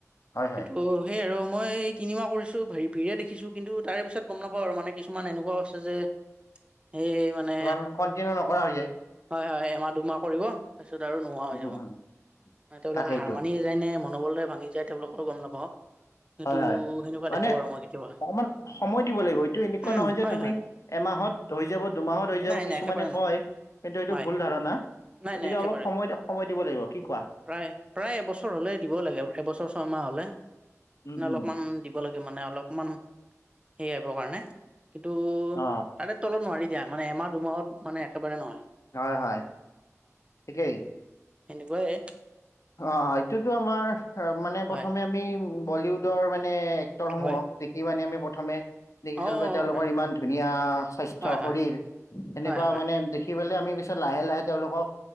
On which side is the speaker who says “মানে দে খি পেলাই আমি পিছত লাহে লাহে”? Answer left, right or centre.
Left